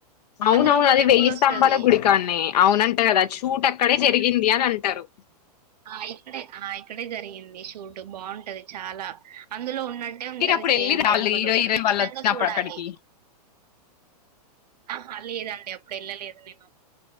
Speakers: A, on the left (about 80°); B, on the right (about 80°).
A: అవునవును
B: అందులో ఒక
A: అది
B: టెంపుల్
A: వెయ్యి
B: వస్తది
A: స్తంభాల గుడికాడనే అవునంట గదా. షూట్ అక్కడే జరిగిందీ అని అంట్ టారు
B: ఆ ఇక్కడే ఆ ఇక్కడే జరిగింది షూట్. బాగుంటది చాలా. అందులో ఉం న్నట్టే ఉంటది
A: మీరప్పుడు
B: సేమ్
A: ఎళ్లిర్రా?
B: టెంపులు.
A: వాళ్ళు హీరో, హీరోయిన్
B: ఖచ్చితంగా
A: వాళ్ళొచ్చినప్పుడు
B: చూడాలి.
A: అక్కడికి?
B: ఆహా లేదండి అప్పుడు ఎళ్ళలేదు నేను.